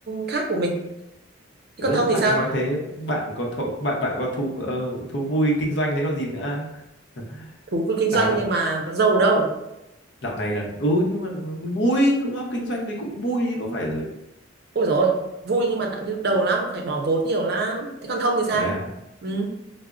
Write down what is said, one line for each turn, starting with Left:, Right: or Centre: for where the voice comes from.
Right: khác của mình. Thế
Left: Gớm,
Right: còn Thông thì
Left: bạn
Right: sao?
Left: nói thế, bạn có thổ, bạn bạn có thú ờ, thú vui kinh doanh đấy còn gì nữa. <laughs>
Right: Thú vui kinh doanh
Left: Tao dạo
Right: nhưng mà có giàu đâu.
Left: dạo này là ừ nhưng mà vui đúng không? Kinh doanh thì cũng vui chứ có phải là
Right: Ôi rồi vui nhưng mà nhức đầu lắm, phải bỏ vốn nhiều lắm. Thế còn Thông thì sao?
Left: thế à?
Right: Ừ.